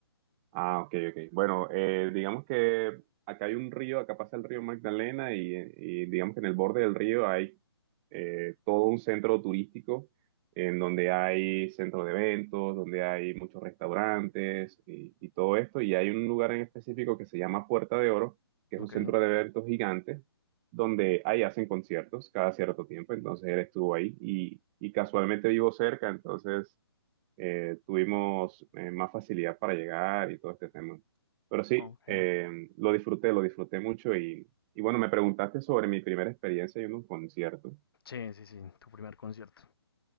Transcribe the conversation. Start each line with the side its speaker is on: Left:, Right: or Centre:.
Right: Ah, ok, ok. Bueno, eh, digamos que acá hay un río, acá pasa el río Magdalena y, y digamos que en el borde del río hay eh, todo un centro turístico en donde hay centro de eventos, donde hay muchos restaurantes y, y todo esto. Y hay un lugar en específico que se llama Puerta de Oro, que
Left: Ok,
Right: es un centro de eventos gigante, donde ahí hacen conciertos cada cierto tiempo. Entonces él estuvo ahí y, y casualmente vivo cerca, entonces eh, tuvimos eh, más facilidad para llegar y todo este tema. Pero sí,
Left: ok.
Right: eh, lo disfruté, lo disfruté mucho y, y bueno, me preguntaste sobre mi primera experiencia en un concierto.
Left: Sí, sí, sí, tu primer concierto.